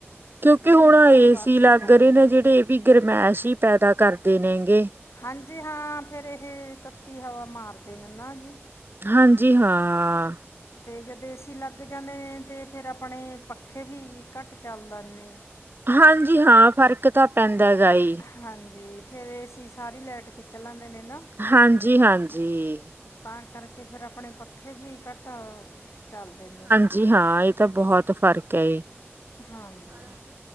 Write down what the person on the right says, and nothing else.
ਕਿਉਂਕਿ
ਹੁਣ
ਏ
ਸੀ ਲੱਗ
ਰਹੇ
ਨੇ ਜੇੜੇ ਵੀ ਗਰਮੈਸ਼ ਈ ਪੈਦਾ ਕਰਦੇ ਨੇਗੇ
ਹਾਂਜੀ ਹਾਂ।
ਹਾਂਜੀ ਹਾਂ ਫ਼ਰਕ ਤਾਂ ਪੈਂਦਾ ਗਾ ਜੀ।
ਹਾਂਜੀ-ਹਾਂਜੀ।
ਜੀ ਹਾਂ ਏਤਾਂ ਬਹੁਤ ਫ਼ਰਕ ਏ।